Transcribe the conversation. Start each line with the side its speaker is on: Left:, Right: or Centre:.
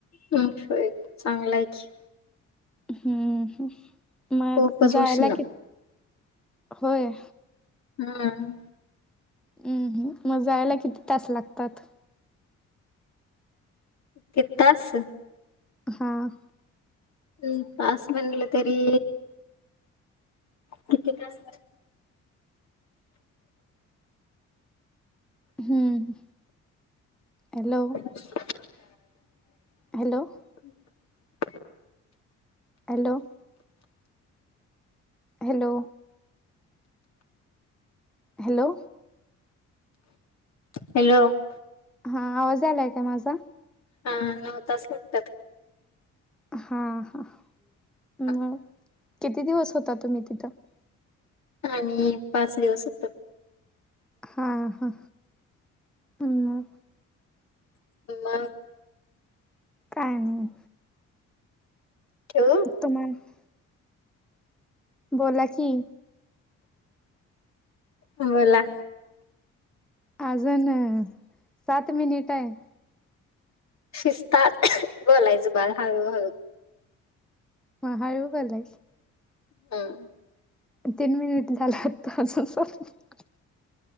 Left: हम्म होय चांगलाय की.
Centre: हम्म मग
Left: खूपच
Centre: जायला
Left: उष्ण
Centre: कि होय.
Left: हम्म.
Centre: हम्म हम्म मग जायला किती तास लागतात?
Left: कित तास.
Centre: हां.
Left: हम्म तास म्हटलं तरी किती तास?
Centre: हम्म hello -
Left: <inaudible>
Centre: hello -
Left: <inaudible>
Centre: hello - hello hello
Left: hello -
Centre: हां आवाज यायलाय का माझा
Left: हा नऊ तास लागतात.
Centre: हां हां हू
Left: हा,
Centre: किती दिवस होता तुम्ही तिथं.
Left: आम्ही पाच दिवस होतो.
Centre: हा हा मग
Left: <unintelligible>
Centre: काय नाही.
Left: ठेऊ.
Centre: <unintelligible> बोला की.
Left: बोला
Centre: अजून सात मिनिट आहे.
Left: शिस्तात <inaudible> बोलायचं बाळ हळूहळू
Centre: म हळू बोला
Left: हम्म
Centre: तीन मिनिट झालं अजून सात मिनिट.